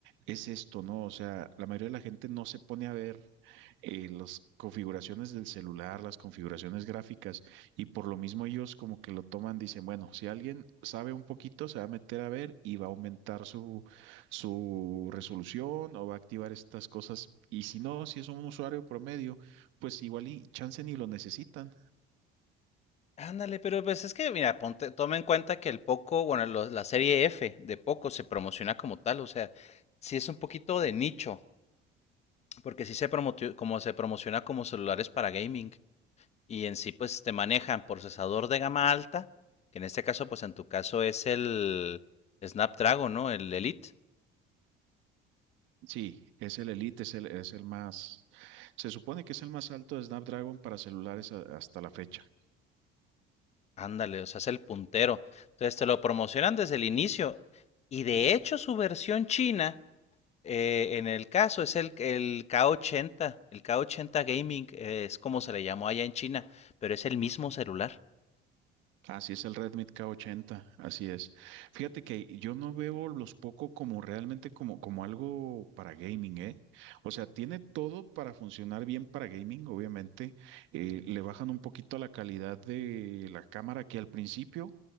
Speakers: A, on the right; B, on the left.
A: es esto, ¿no? O sea, la mayoría de la gente no se pone a ver eh, las configuraciones del celular, las configuraciones gráficas, y por lo mismo ellos como que lo toman, dicen, bueno, si alguien sabe un poquito, se va a meter a ver y va a aumentar su su resolución o va a activar estas cosas. Y si no, si es un usuario promedio, pues igual y chance ni lo necesitan.
B: Ándale, pero pues es que, mira, ponte, toma en cuenta que el Poco, bueno, lo- la serie F de Poco se promociona como tal, o sea, sí es un poquito de nicho, porque sí se promotio- como se promociona como celulares para gaming. y en sí pues te manejan procesador de gama alta, que en este caso pues en tu caso es el Snapdragon, ¿no? El Elite.
A: Sí, es el Elite, es el, es el más, se supone que es el más alto de Snapdragon para celulares a- hasta la fecha.
B: Ándale, o sea, es el puntero. Entonces te lo promocionan desde el inicio y de hecho su versión china, eh, en el caso, es el, el K80, el K80 Gaming, eh, es como se le llamó allá en China, pero es el mismo celular.
A: Así es el Redmi K80, así es. Fíjate que yo no veo los Poco como realmente como, como algo para gaming, ¿eh? O sea, tiene todo para funcionar bien para gaming, obviamente. Eh, le bajan un poquito la calidad de la cámara que al principio,